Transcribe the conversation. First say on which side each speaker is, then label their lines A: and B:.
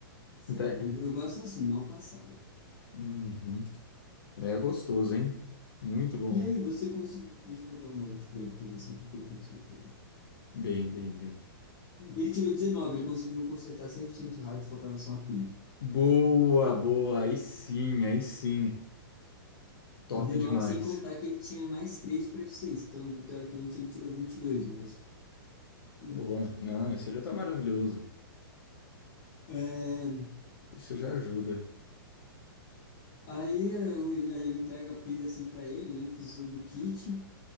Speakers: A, on the left; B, on the left.
A: Cê
B: Até-
A: é doido. Eu gosto assim, mal passado.
B: Uhum. É gostoso, hein? Muito bom.
A: E aí, você conseguiu. Deixa eu dar uma olhada aqui pra ele, pra ver se o que que ele conseguiu fazer.
B: Bem, bem, bem.
A: Ele tirou 19, ele conseguiu consertar 100% hard, faltava só a pilha.
B: Boa, boa. Aí sim, aí sim. Top
A: 19,
B: demais.
A: sem contar que ele tinha mais 3 para eficiência. Então, teoricamente, ele tirou 22, mas não
B: Boa.
A: importa.
B: Não, isso já tá maravilhoso.
A: É,
B: Isso já ajuda.
A: Aí eu, aí eu entrego a pilha assim para ele, nem precisou do kit.